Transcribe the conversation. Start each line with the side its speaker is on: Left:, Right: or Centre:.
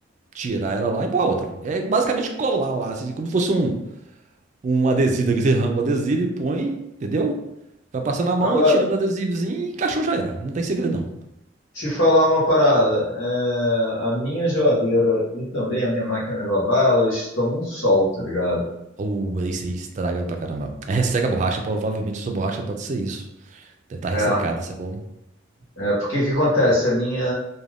Right: tirar ela lá e pôr a outra. É basicamente colar lá, assim, como se fosse um, um adesivo daqui, você arranca o adesivo e põe, entendeu? Vai passando a mão
Left: Agora.
Right: e tirando o adesivozinho e encaixou, já era. Não tem segredão.
Left: Te falar uma parada, é, a minha geladeira e também a minha máquina de lavar, elas tomam um sol, tá ligado?
Right: Ou isso aí estraga pra caramba. Aí Resseca a borracha, provavelmente sua borracha pode ser isso. Deve estar ressecada,
Left: É,
Right: sacou?
Left: é porque que acontece? A minha,